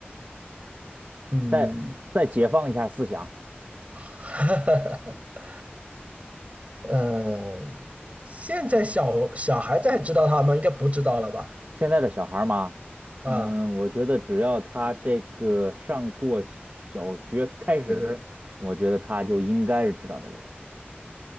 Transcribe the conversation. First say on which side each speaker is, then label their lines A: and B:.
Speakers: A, on the right (about 35°); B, on the right (about 50°).
A: 嗯，
B: 再再解放一下思想。
A: <laughs> 呃，现在小小孩子还知道他吗？应该不知道了吧？
B: 现在的小孩儿嘛，
A: 啊，
B: 嗯，我觉得只要他这个上过小学开始，
A: 觉得，
B: 我觉得他就应该是知道这个人。